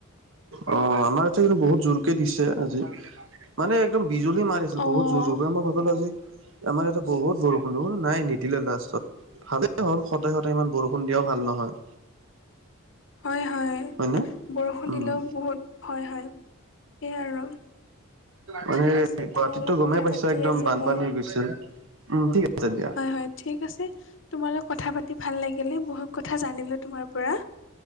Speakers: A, on the right (about 65°); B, on the left (about 60°).
A: অ' আমাৰ ইয়াতে কিন্তু বহুত জোৰকে দিছে আজি। মানে একদম বিজুলী মাৰিছিল
B: অঁ
A: বহুত জোৰ জোৰকৈ। মই ভাবিলো আজি আমাৰ ইয়াতে বহুত বৰষুণ হল, নাই নিদিলে লাষ্টত। ভালেই হ'ল সদায় সদায় ইমান বৰষুণ দিয়াও ভাল নহয়।
B: হয় হয়
A: হয়নে?
B: বৰষুণ
A: উম
B: দিলেও বহুত ভয় হয় সেয়াই আৰু
A: মানে
B: ঠিক আছে
A: গুৱাহাটীতটো
B: তোমাৰ লগত
A: গমেই
B: কথা
A: পাইছা
B: পাতি
A: একদম
B: আজি
A: বানপানী
B: মোৰ
A: হৈ গৈছিল। উম ঠিক আছে দিয়া।
B: হয় হয়, ঠিক আছে তোমাৰ লগত কথা পাতি ভাল লাগিলে বহুত কথা জানিলো তোমাৰ পৰা।